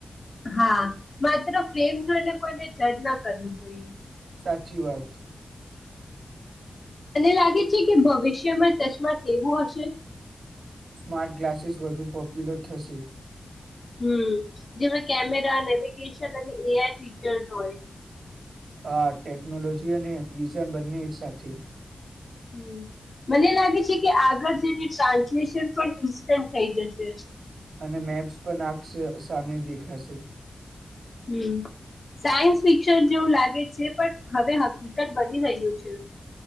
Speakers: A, on the left; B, on the right.
A: હા, માત્ર ફ્રેમ જોઈને કોઈને જજ ના કરવું જોઈએ.
B: સાચી વાત.
A: તને લાગે છે કે ભવિષ્યમાં ચશ્મા કવું હશે?
B: સ્માર્ટ ગ્લાસ સીસ વધુ પોપ્યુલર થશે.
A: હમ્મ, જેમાં કેમેરા, નેવિગેશન અને એ આઈ ફીચર્સ હોય.
B: હા, ટેકનોલોજી અને વિઝન બંને એક સાથે.
A: હમ્મ, મને લાગે છે કે આગળ જેને ટ્રાન્સલેશન પણ ઇન્સ્ટન્ટ થઈ જશે.
B: અને મેપ્સ પણ આખ સે સામે દેખાશે.
A: હમ્મ, સાયન્સ ફિક્શન જેવું લાગે છે, પણ હવે હકીકત બની રહ્યું છે.